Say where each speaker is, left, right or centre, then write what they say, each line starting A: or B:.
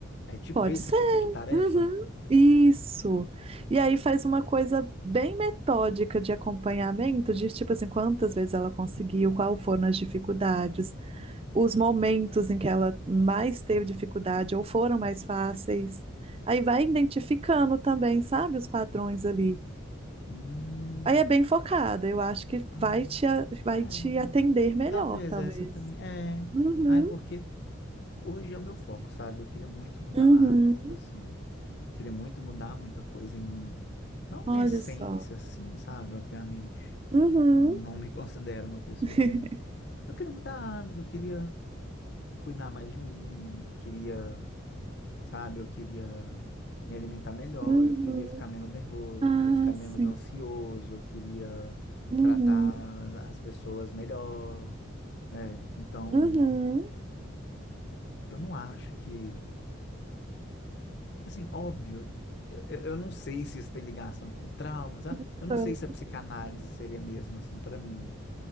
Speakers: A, on the left (about 55°); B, on the right (about 25°).
A: É tipo
B: Pode
A: esse tipo de tarefa?
B: Uhum, isso. E aí faz uma coisa bem metódica de acompanhamento, de tipo assim, quantas vezes ela conseguiu, qual foram as dificuldades, os momentos em que ela mais teve dificuldade ou foram mais fáceis. Aí vai identificando também, sabe, os padrões ali.
A: Hum,
B: Aí é bem focada, eu acho que
A: ah,
B: vai te, a- vai
A: é,
B: te atender melhor,
A: talvez
B: talvez.
A: essa também. É,
B: Uhum,
A: ah, é porque hoje é o meu foco, sabe? Eu queria muito mudar
B: uhum.
A: hábitos, assim. Eu queria muito mudar muita coisa em mim. Não
B: Olha
A: uma essência,
B: só.
A: assim, sabe? Obviamente.
B: Uhum.
A: Não, não me <laughs> considero uma pessoa
B: <laughs>
A: ruim. Eu queria mudar hábitos, eu queria cuidar mais de mim, queria sabe? Eu queria me alimentar melhor,
B: Uhum.
A: eu queria ficar menos nervoso,
B: Ah,
A: eu queria ficar menos
B: sim.
A: ansioso, eu queria
B: Uhum,
A: tratar as pessoas melhor, né? Então,
B: uhum.
A: eu não acho que, assim, óbvio, eu, eu não sei se isso tem ligação com traumas, sabe?
B: Então,
A: Eu não sei se a psicanálise seria mesmo assim para mim.